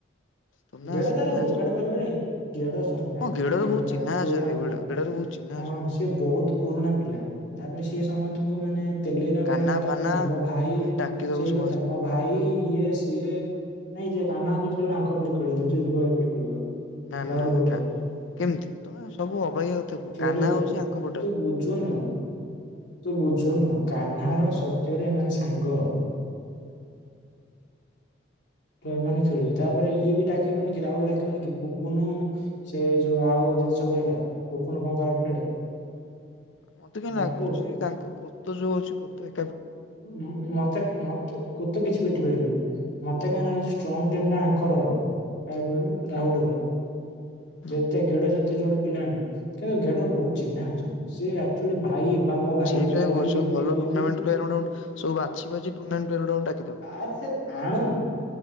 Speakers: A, on the left (about 85°); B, on the left (about 70°).
A: ତନା
B: ଗେଡ଼
A: ଆସିକି
B: ତାର
A: ମ୍ୟାଚରେ
B: ଯୋଗାଡ
A: ପକେଇଲେ।
B: କରିବନିକି ଗେଡ ଶୁଣୁ
A: ହଁ
B: ଆକଚୁଆଲି
A: ଗେଡରେ
B: ଗେଡ
A: ବହୁତ ଚିହ୍ନା
B: ଟା ପୁରୁଣା
A: ଅଛନ୍ତି
B: ପିଲା
A: ଗେଡରେ ବହୁତ ଚିହ୍ନା
B: ହୁଁ
A: ଅଛନ୍ତି
B: ସିଏ ବହୁତ ପୁରୁଣା ପିଲା ତାପରେ ସିଏ ସମସ୍ତଙ୍କୁ ମାନେ ତେଲେଇଲା
A: କାହ୍ନା
B: ଭଳିଆ କଥା
A: ଫାନା
B: କୁହେନି ମୋ ଭାଇ
A: ଡାକିଦବ
B: ସେଇ
A: ସବୁ
B: କଥା
A: ଆସିଥିବେ
B: ମୋ ଭାଇ ଇଏ ସିଏ ନାଇଁ କାନଦି ଖେଳ ଆଙ୍କ ପଟେ ଖଳିବ ଜଟି ଜାଜି ପଟେ ଖେଳିବ
A: ନା
B: ରାହୁଲ
A: ନା ନା
B: ଗୋଟେ
A: କେମିତି ତମେ ସବୁ ଅବାହ କଥା କୁ
B: ଖେଳିବ
A: କାହ୍ନା ହଉଛି ଆଙ୍କ ପ
B: ତୁ ବୁଝୁନୁ ତୁ ବୁଝୁନୁ କାହ୍ନା ର ସତ୍ୟରେ ଏମାନେ ସାଙ୍ଗ। ତ ଏମାନେ ଖେଳିବେ ତାପରେ ଇଏ ବି ଡାକିବନି କି ରାଉଳ ଡାକିବନି କି ପୁପୁନୁ ସେ ଯୋଉ ଆଉ ଯେତେ ସବୁ ହେଲା ପୁପୁନୁ କଣ ଖରାପ ଖେଳେ?
A: ହଁ ମତେ କାହିଁ
B: ଡାକୁ
A: ଲାଗୁଛି ତାଙ୍କ କୋତେ ଯୋଉ ଅଛି କୋତେ
B: ହୁଁ ମତେ ମତେ କୁ ତ କିଛି ପିଟି ପାରିବନି ମତେ କାହିଁ ଲାଗୁଛି ଷ୍ଟ୍ରଙ୍ଗ ଟିମ୍ ଟା ଆଙ୍କର ହବ। କାହା କୁ କହିଲୁ ରାହୁଲୁ ର
A: ହୁଁ
B: ଯେତେ ଗେଡ ଯେତେ ଯୋଡ ପିଲାଣୁ କିନ୍ତୁ ଗେଡର ବହୁତ ଚିହ୍ନା ଅଛନ୍ତି। ସେ ଆଚୁଆଲି ଭାଇ ବା ମୋ ଭାଇ
A: ଠିକ୍
B: ବଡ
A: ନାଇଁ ବେ
B: ଭାଇ
A: ସେ
B: ଏମିତି
A: ଭଲ
B: କହି
A: ଟୁର୍ଣ୍ଣାମେଟ
B: କହି
A: ପରେ ସବୁ ବାଛି ବାଛି ଟୁନାଣ୍ଟନ ପରିଡା କୁ ଡାକି ଦୋବୁ।
B: ଆରେ ଆଣୁ